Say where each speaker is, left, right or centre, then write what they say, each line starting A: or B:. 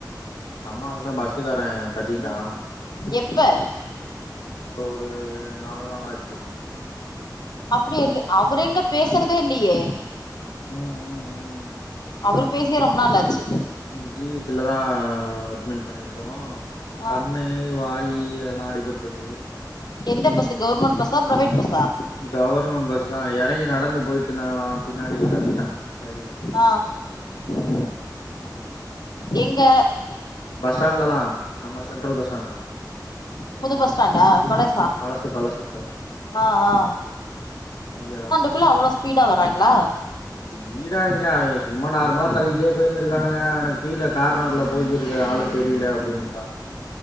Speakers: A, on the left (about 85°); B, on the left (about 65°).
A: அம்மாக்குதான் பஸ்ஸுக்காரன் தட்டிட்டான்
B: எப்ப
A: இப்ப ஒரு நாலு நாள் ஆச்சு
B: அப்படியல்ல அவரெங்க பேசறதேல்லையே
A: ம் ம் ம்
B: அவரு பேசியே ரொம்ப நாளாச்சு
A: ஜி ஹச்ல தான் அட்மிட் பண்ணிருக்கோம்
B: ஆ
A: கண்ணு வாயி அதெல்லாம் அடிபட்ருக்கு
B: எந்த பஸ்ஸு கவர்மெண்ட் பஸ்ஸா ப்ரைவேட் பஸ்ஸா
A: கவர்மெண்ட் பஸ்தான் எறங்கி நடந்து போய்ட்ருந்தாங்களான் பின்னாடியே தட்டிட்டான் சைட்ல
B: அ
A: ம்
B: எங்க
A: பஸ் ஸ்டாண்ட்ல தான் நம்ம சென்ட்ரல் பஸ் ஸ்டாண்ட்ல
B: புது
A: ம்
B: பஸ் ஸ்டாண்டா பழசா
A: பழசு பழசு
B: அ அ
A: இங்கதான்
B: ப்புலா அவ்ளோ ஸ்பீடா வராங்களா
A: வீடா எங்க அ எ சும்மா நார்மலா தள்ளிகிட்டே பேயிருந்துக்கானுக ஆனா கீழ கார்னர்ல போயிக்கிருக்குற ஆள் தெரில அப்பிடின்றான்னுங்க